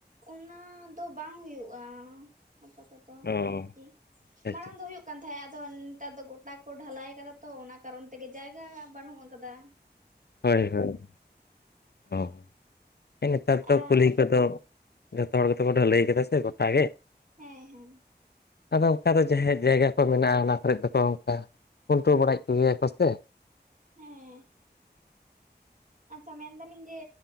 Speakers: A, on the right; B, on the left.
A: ᱚᱱᱟ ᱫᱚ ᱵᱟᱝ ᱦᱩᱭᱩᱜ-ᱟ ᱟᱯᱟᱛᱚᱛᱚ
B: ᱚ
A: ᱟᱨᱠᱤ
B: ᱟᱪᱪᱷᱟ
A: ᱢᱟᱲᱟᱝ
B: ᱟᱪᱪᱷᱟ
A: ᱫᱚ ᱦᱩᱭᱩᱜ ᱠᱟᱱᱟ ᱠᱟᱱ ᱛᱟᱦᱮᱸᱜ ᱟᱫᱚ ᱱᱮᱛᱟᱨ ᱫᱚ ᱜᱚᱴᱟ ᱠᱚ ᱰᱷᱟᱞᱟᱭ ᱠᱟᱫᱟ ᱛᱚ ᱚᱱᱟ ᱠᱟᱨᱚᱱ ᱛᱮᱜᱮ ᱡᱟᱭᱜᱟ ᱵᱟᱹᱱᱩᱜ ᱠᱟᱫᱟ᱾
B: ᱦᱳᱭ ᱦᱳᱭ ᱚ ᱱᱮᱛᱟᱨ ᱛᱚ
A: ᱟᱨ
B: ᱠᱩᱞᱦᱤ ᱠᱚᱫᱚ ᱡᱚᱛᱚ ᱦᱚᱲ ᱠᱚ ᱜᱮᱛᱮ ᱰᱮᱞᱟᱹᱭ ᱠᱟᱫᱟ ᱥᱮ ᱜᱚᱴᱟ ᱟᱜᱮ᱾
A: ᱦᱮᱸ ᱦᱮᱸ
B: ᱟᱫᱚ ᱚᱱᱠᱟ ᱫᱚ ᱡᱟᱦᱟᱭᱟᱜ ᱡᱟᱭᱜᱟ ᱠᱚ ᱢᱮᱱᱟᱜ-ᱟ ᱚᱱᱟ ᱠᱚᱨᱮ ᱫᱚᱠᱚ ᱚᱱᱠᱟ ᱠᱩᱱᱴᱟᱹᱣ ᱵᱟᱲᱟᱭᱮᱫ ᱠᱚᱜᱮᱭᱟ ᱠᱚ ᱥᱮ
A: ᱦᱮᱸ ᱟᱪᱪᱷᱟ ᱢᱮᱱᱫᱟᱞᱤᱧ ᱡᱮ